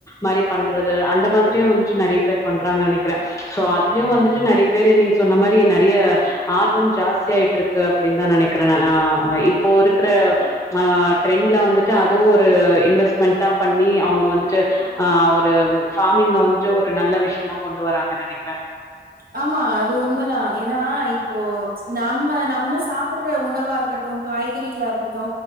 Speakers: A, on the left; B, on the right.
A: மாரி பண்றது அந்த மாதிரியு வந்து டு நெறைய பேர் பண்றாங்கன் நெனைக்கிற சோ அதிலியு வந்துட்டு நெறைய பேரு நீங்க சொன்ன மாரி நெறைய ஆர்வம் ஜாஸ்தியாய்ட்ருக்கு அப்டின் தா நனைக்கிற ஆ இப்போ இருக்கிற ஆ ட்ரெண்டுல வந்துட்டு அதுவு ஒரு இன்வெஸ்மென்டா பண்ணி அவங்க வந்துட்டு ஆ ஒரு ஃபார்மிங் வந் கொஞ்சோ ஒரு நல்ல விஷயமா கொண்டு வராங்கன் நினைக்கிற
B: ஆமா அது உண்மதா ஏன்னா இப்போ நம்ம நம்ம சாப்பிட்ற உணவா இருக்கட்டு காய்கறிகளா இருக்கட்டு